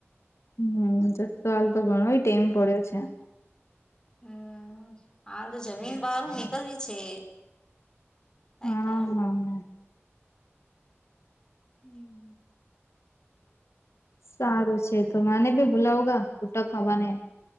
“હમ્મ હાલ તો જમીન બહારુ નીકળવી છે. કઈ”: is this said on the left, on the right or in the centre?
Left